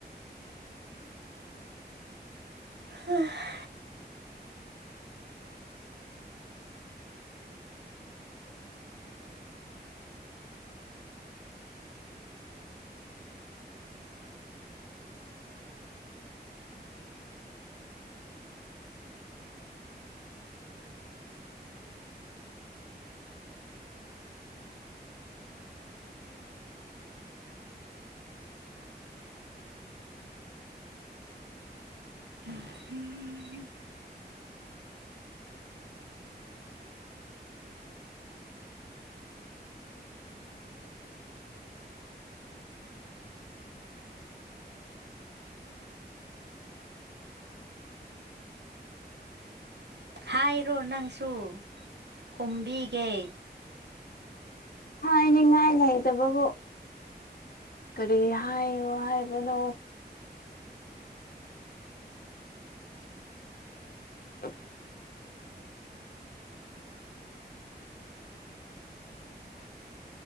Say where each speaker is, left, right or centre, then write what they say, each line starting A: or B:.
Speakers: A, on the right; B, on the left.
A: ꯍꯥ <inaudible> ꯍꯥꯏꯔꯣ ꯅꯪꯁꯨ ꯍꯨꯝꯕꯤꯒꯦ
B: ꯍꯥꯏ ꯍꯥꯏꯅꯤꯡꯉꯥꯏ ꯂꯩꯇꯕꯕꯨ ꯀꯔꯤ ꯍꯥꯏꯌꯣ ꯍꯥꯏꯕꯅꯣ ꯑ